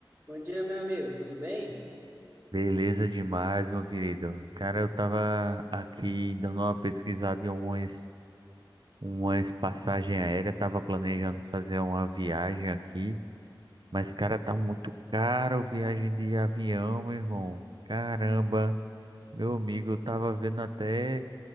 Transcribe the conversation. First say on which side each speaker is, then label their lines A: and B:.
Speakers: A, on the right; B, on the right.
A: Bom dia, meu amigo, tudo bem?
B: Beleza demais, meu querido. Cara, eu tava aqui dando uma pesquisada em algumas umas passagens aéreas, tava planejando fazer uma viagem aqui, mas cara, tá muito caro viagem de avião, meu irmão. Caramba, meu amigo, eu tava vendo até